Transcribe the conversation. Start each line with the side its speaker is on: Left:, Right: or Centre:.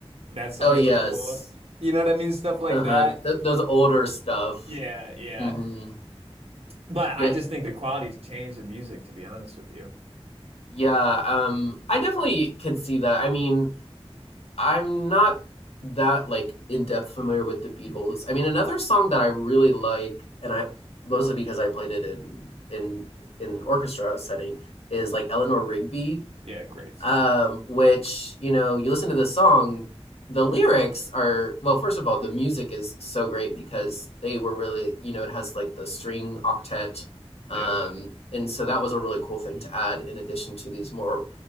Right: That song
Left: Oh yes.
Right: is cool. You know what I mean? Stuff like
Left: Uh-huh.
Right: that.
Left: Th- those older stuff.
Right: Yeah, yeah.
Left: Mhm.
Right: But
Left: Yeah,
Right: I just think the quality's changed in music, to be honest with you.
Left: Yeah, um, I definitely could see that. I mean, I'm not that like in depth familiar with the Beatles. I mean, another song that I really like, and I mostly because I played it in in in orchestra setting, is like Eleanor Rigby
Right: Yeah, great song.
Left: um, which you know you listen to the song the lyrics are well first of all the music is so great because they were really you know it has like the string octet
Right: Yeah.
Left: um, and so that was a really cool thing to add in addition to these more